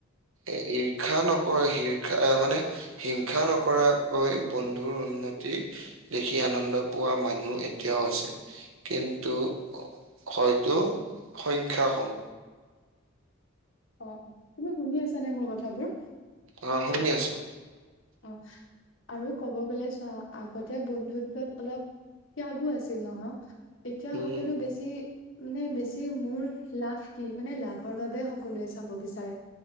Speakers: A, on the right (about 75°); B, on the left (about 65°).
A: ঈৰ্ষা নকৰে হীৰ্ষা মানে। হিংসা নকৰাকৈ বন্ধুৰ উন্নতি। দেখি আনন্দ পোৱা মানুহ এতিয়াও আছে কিন্তু। হয়তো সংখ্যা কম।
B: অ অ তুমি শুনি আছ নে মোৰ কথাবোৰ।
A: অ শুনি আছো।
B: অ আৰু ক'ব গলে চোৱা আগতে বন্ধুত্বত অলপ। ত্যাগো আছিল ন এতিয়া
A: উম,
B: সকলো বেছি মানে বেছি। মোৰ লাভ কি মানে লাভৰ বাবে সকলোৱে চাব বিচাৰে